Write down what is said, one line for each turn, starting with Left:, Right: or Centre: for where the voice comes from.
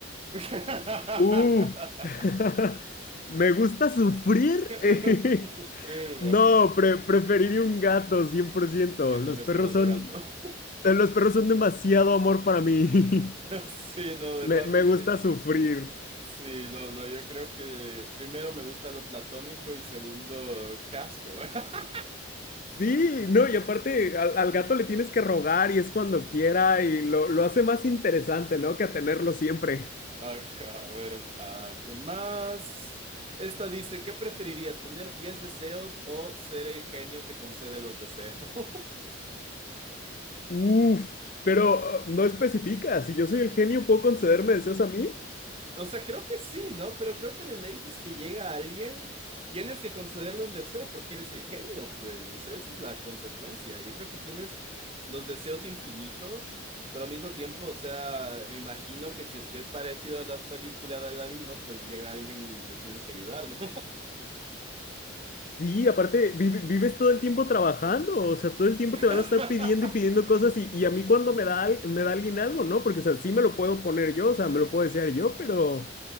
Right: <laughs>
Left: Uf. <laughs> Me gusta sufrir.
Right: Esto
Left: <laughs>
Right: es Sufrir, bro.
Left: No, pre- preferiría un gato, cien por ciento.
Right: Sí, yo
Left: Los
Right: también
Left: perros
Right: soy más
Left: son,
Right: de gato. <laughs>
Left: eh, los perros son demasiado amor para mí. <laughs>
Right: Sí, no, además
Left: Me, me
Right: de
Left: gusta
Right: que...
Left: sufrir.
Right: Sí, no, no, yo creo que primero me gusta lo platónico y segundo casco. <laughs>
Left: Sí, no, y aparte al, al gato le tienes que rogar y es cuando quiera y lo, lo hace más interesante, ¿no? Que a tenerlo siempre.
Right: Ajá, a ver, ah, ¿qué más? Esta dice, ¿qué preferirías, tener 10 deseos o ser el genio que concede los deseos? <laughs>
Left: Uf, pero eh, no especifica. Si yo soy el genio, ¿puedo concederme deseos a mí?
Right: O sea, creo que sí, ¿no? Pero creo que de ley si es que llega alguien, tienes que concederle un deseo porque eres el genio, pues. O sea, esa es la consecuencia. Yo creo que tienes los deseos infinitos, pero al mismo tiempo, o sea, me imagino que si es que es parecido a la película de Aladino, pues llega alguien y le tienes que ayudar, ¿no?
Left: Sí, aparte, vive- vives todo el tiempo trabajando, o sea, todo el tiempo
Right: <laughs>
Left: te van a estar pidiendo y pidiendo cosas y, y a mí cuando me da, al- me da alguien algo, ¿no? Porque, o sea, sí me lo puedo poner yo, o sea, me lo puedo desear yo, pero,